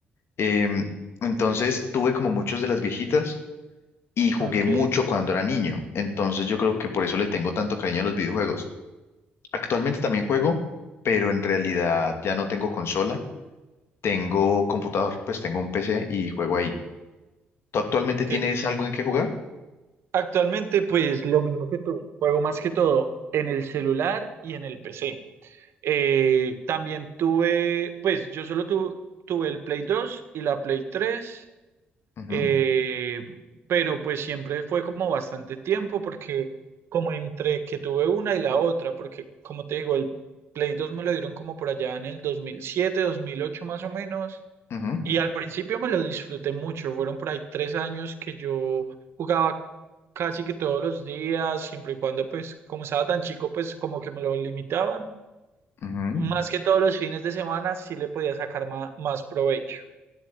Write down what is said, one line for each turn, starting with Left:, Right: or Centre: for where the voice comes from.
Left: Em, entonces tuve como muchos de las viejitas y jugué
Right: ok.
Left: mucho cuando era niño. Entonces yo creo que por eso le tengo tanto cariño a los videojuegos. Actualmente también juego, pero en realidad ya no tengo consola, tengo computador, pues tengo un PC y juego ahí. ¿Tú actualmente
Right: ok.
Left: tienes algo en qué jugar?
Right: Actualmente, pues lo mismo que tú, juego más que todo en el celular y en el PC. Eh, también tuve, pues yo solo tu- tuve el Play 2 y la Play 3,
Left: Ujú,
Right: eh, pero pues siempre fue como bastante tiempo porque como entre que tuve una y la otra, porque como te digo, el Play 2 me lo dieron como por allá en el 2007, 2008 más o menos,
Left: ujú,
Right: y al principio me lo disfruté mucho. Fueron por ahí tres años que yo jugaba casi que todos los días, siempre y cuando, pues, como estaba tan chico, pues como que me lo limitaban.
Left: ujú.
Right: Más que todos los fines de semana, sí le podía sacar ma- más provecho.